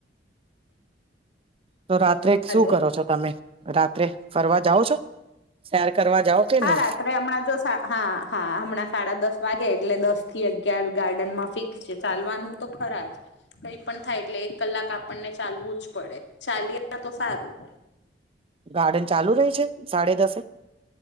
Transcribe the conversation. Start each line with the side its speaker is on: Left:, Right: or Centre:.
Right: તો રાત્રે
Left: હલો.
Right: શું કરો છો તમે રાત્રે ફરવા જાઓ છો સેર કરવા જાઓ. કે
Left: હા
Right: નહી
Left: રાત. અત્ર હમણાં જો હા હા હમણાં સાડા દસ વાગે એટલે દસ થી અગયાર ગાર્ડન માં ફિક્સ ચાલવાનું તો ખરા જ કઈ પણ થાય એટલે એક કલાક આપણને ચાલવું જ પડે ચાલએ તો સારું રહે.
Right: ગાર્ડન ચાલુ રહી છે સાડે દસે